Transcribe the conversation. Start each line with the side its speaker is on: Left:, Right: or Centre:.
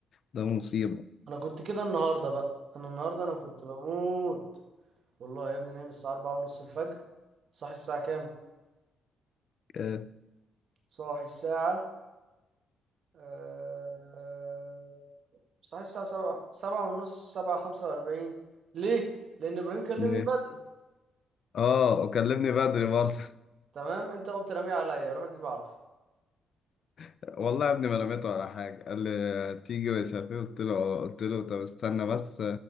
Left: ده مصيبة
Right: أنا كنت كده النهاردة بقى أنا النهاردة أنا كنت بموت والله يا ابني نايم الساعة أربعة ونص الفجر صاحي الساعة كام؟
Left: إيه؟
Right: صاحي الساعة آه، صحيح الساعة سبعة سبعة ونص سبعة خمسة وأربعين ليه؟ لأن إبراهيم كلمني
Left: ليه؟
Right: بدري
Left: اه وكلمني بدري برضه
Right: تمام أنت قمت راميه عليا روح أجيب عرف
Left: <laughs> والله يا ابني ما رميته على حاجة قال لي تيجي مش عارف ايه قلت له اه قلت له طب استنى بس